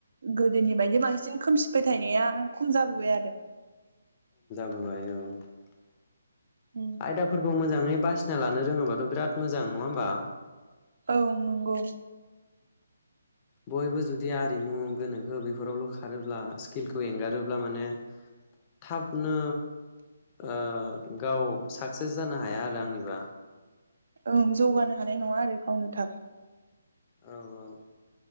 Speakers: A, on the right; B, on the left.
A: गोदोनि बायदि बांसिन खोमसि फोथायनाया खम जाबोबाय आरो
B: <unintelligible>
A: उम
B: आयदाफोरखौ मोजां ङै बासिना लानो रोङोबाथ' बिराद मोजां नङा होमबा
A: औ नंगौ
B: बयबो जुदि आरिमु गोनोखो बेफोरावल' खारोब्ला फिलखौ एंगारोब्ला माने थाबनो ओ गाव साक्सेस जानो हाया आरो आंनिबा
A: ओं जौगानो हानाय नङा आरो गावनो थाब
B: औ औ